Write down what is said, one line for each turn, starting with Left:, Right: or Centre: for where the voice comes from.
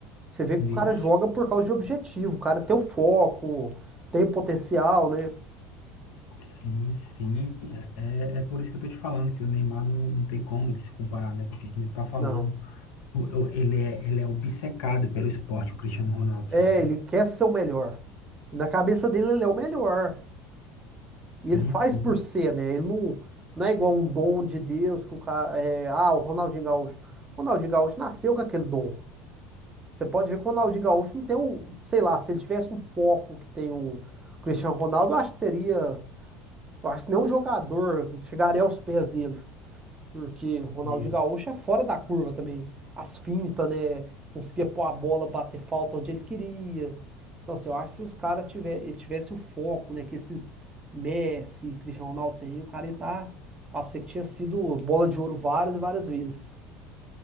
Right: Você vê que
Left: Vixe.
Right: o cara joga por causa de objetivo. O cara tem o foco, tem potencial, né?
Left: Sim, sim. É, é por isso que eu tô te falando que o Neymar não, não tem como ele se comparar, né? Porque que nem tu tá falando.
Right: Não.
Left: o- o- ele é, ele é obcecado pelo esporte, o Cristiano Ronaldo,
Right: É,
Left: sabe?
Right: ele quer ser o melhor. E na cabeça dele, ele é o melhor. E
Left: Sim,
Right: ele faz
Left: sim.
Right: por ser, né? Ele não, não é igual um dom de Deus que o cara. É, ah, o Ronaldinho Gaúcho. Ronaldinho Gaúcho nasceu com aquele dom. Você pode ver que o Ronaldinho Gaúcho não tem um. Sei lá, se ele tivesse um foco que tem o Cristiano Ronaldo, eu acho que seria. Eu acho que nenhum jogador chegaria aos pés dele. Porque Ronaldinho
Left: E
Right: Gaúcho é fora da curva também. As fintas, né? Conseguia pôr a bola, bater falta onde ele queria. Então, assim, eu acho que se os caras tiver, tivesse o foco, né? Que esses Messi, Cristiano Ronaldo tem, o cara ia tá. Fala pra você que tinha sido bola de ouro várias e várias vezes.